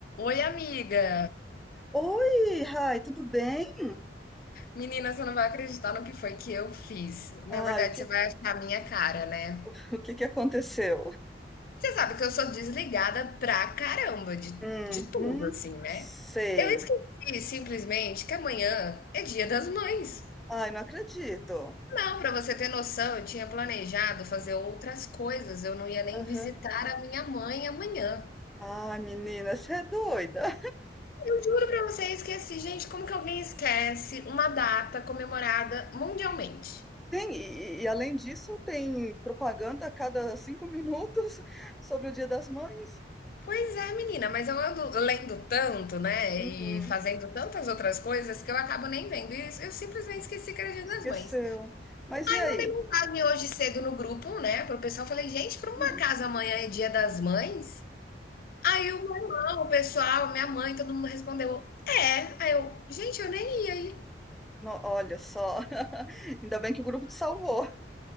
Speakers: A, on the left (about 50°); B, in the centre.
A: Oi, amiga!
B: Oi, Rai, tudo bem?
A: Menina, você não vai acreditar no que foi que eu fiz. Na
B: Ah,
A: verdade,
B: o que,
A: você vai achar a minha cara, né?
B: <laughs> o que que aconteceu?
A: Você sabe que eu sou desligada pra caramba de,
B: Uhum,
A: de tudo, assim, né?
B: sei.
A: Eu esqueci simplesmente que amanhã é Dia das Mães.
B: Ai, não acredito.
A: Não, pra você ter noção, eu tinha planejado fazer outras coisas, eu não ia nem
B: Aham.
A: visitar a minha mãe amanhã.
B: Ai, menina, você é doida. <laughs>
A: Eu juro pra você, eu esqueci. Gente, como que alguém esquece uma data comemorada mundialmente?
B: Sim, e, e além disso, tem propaganda a cada cinco minutos <laughs> sobre o Dia das Mães?
A: Pois é, menina, mas eu ando lendo tanto, né?
B: Uhum,
A: E fazendo tantas outras coisas que eu acabo nem vendo. E eu simplesmente esqueci que era Dia
B: esqueceu.
A: das Mães.
B: Mas
A: Aí
B: e aí?
A: mandei mensagem hoje cedo no grupo, né? Pro pessoal, falei, gente, por uma
B: Hum,
A: casa amanhã é Dia das Mães? Aí o meu irmão, o pessoal, minha mãe, todo mundo respondeu, é. Aí eu, gente, eu nem ia aí.
B: no- olha só, <laughs> ainda bem que o grupo te salvou.